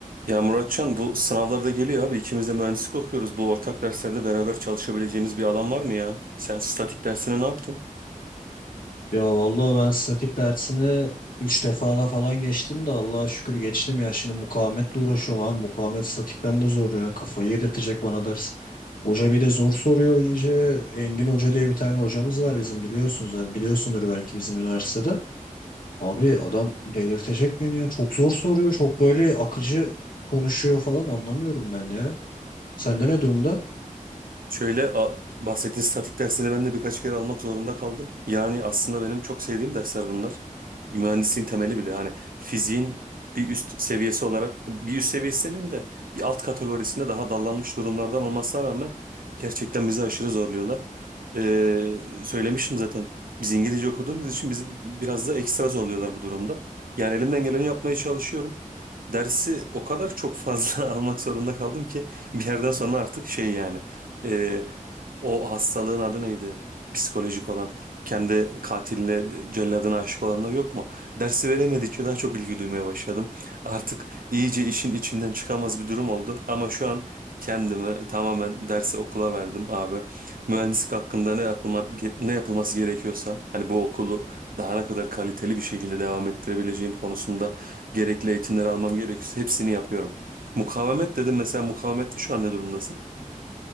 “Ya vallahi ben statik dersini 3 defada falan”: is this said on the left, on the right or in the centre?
Left